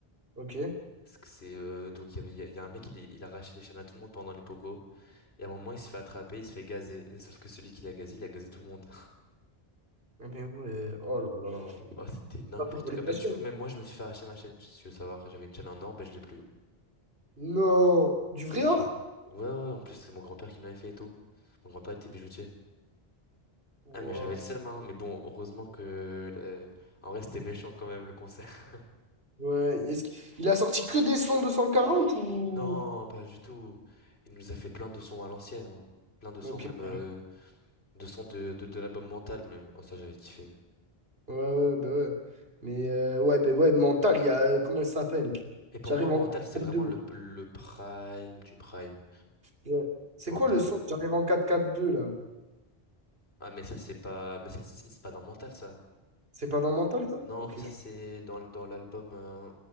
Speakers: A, on the right; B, on the left.
A: Ok.
B: Parce que C'est euh, donc il y avait il y a, il y a un mec il, il arrachait les chaînes à tout le monde pendant les pogos et à un moment il se fait attraper il se fait gazer sauf que celui qui l'a gazé il a gazé tout le monde
A: Ah, Mais ouais, oh là là.
B: Oh, c'était n'importe
A: T'as fait voler
B: quoi.
A: ta
B: Bah,
A: chaîne.
B: du coup, même moi, je me suis fait arracher ma chaîne, si tu veux savoir. J'avais une chaîne en or, bah, je l'ai plus.
A: Non, du vrai
B: Je te
A: or?
B: jure. Ouais, ouais, en plus, c'est mon grand-père qui me l'avait fait et tout. Mon grand-père était bijoutier.
A: Ouah.
B: Ah, mais j'avais le seum, hein. Mais bon, heureusement que, euh, en vrai, c'était méchant quand même, le concert. <laughs>
A: Ouais, est-ce qu'il il a sorti que des sons 240 ou...
B: Non, pas du tout. Il nous a fait plein de sons à l'ancienne, hein. Plein de sons,
A: Ok.
B: même, euh,
A: Ouais,
B: de sons de, de, de l'album Mental, même. Oh, ça, j'avais kiffé.
A: ouais, bah ouais. Mais euh, ouais, bah ouais, mental, il y a. euh, comment il s'appelle?
B: Et pour
A: J'arrive
B: moi, Mental,
A: en 4-4-2.
B: c'est vraiment le, le prime du prime.
A: Ouais. C'est
B: Mental.
A: quoi le son? J'arrive en 4-4-2 là.
B: Ah, mais ça, c'est pas, mais ça, c'est c'est pas dans Mental, ça.
A: C'est pas dans mental, ça?
B: Non,
A: Ok.
B: ça
A: je-
B: c'est dans, l- dans l'album. euh,